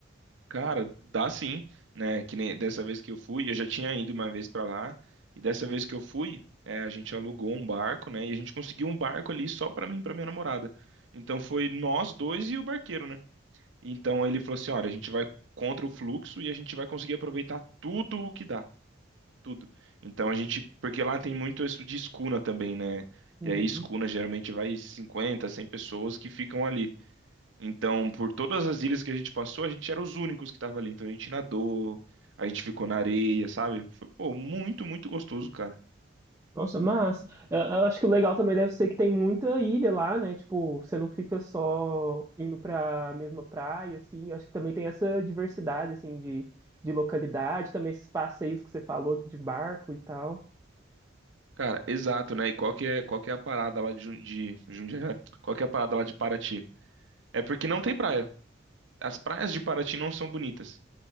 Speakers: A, on the right; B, on the right.
A: Cara, dá sim, né? Que nem dessa vez que eu fui, eu já tinha ido uma vez pra lá, e dessa vez que eu fui, é, a gente alugou um barco, né? E a gente conseguiu um barco ali só pra mim e pra minha namorada. Então foi nós dois e o barqueiro, né? Então ele falou assim: olha, a gente vai contra o fluxo e a gente vai conseguir aproveitar tudo o que dá, tudo. Então a gente, porque lá tem muito isso de escuna também, né?
B: Uhum.
A: E aí escuna geralmente vai 50, 100 pessoas que ficam ali. Então, por todas as ilhas que a gente passou, a gente era os únicos que estavam ali. Então a gente nadou, a gente ficou na areia, sabe? Foi, pô, muito, muito gostoso, cara.
B: Nossa, massa. Eu, eu acho que o legal também deve ser que tem muita ilha lá, né? Tipo, você não fica só indo para a mesma praia, assim. Eu acho que também tem essa diversidade, assim, de, de localidade, também esses passeios que você falou de barco e tal.
A: Cara, exato, né? E qual que é, qual que é a parada lá de, Jun- de Jundiaí? Qual que é a parada lá de Paraty? É porque não tem praia. As praias de Paraty não são bonitas.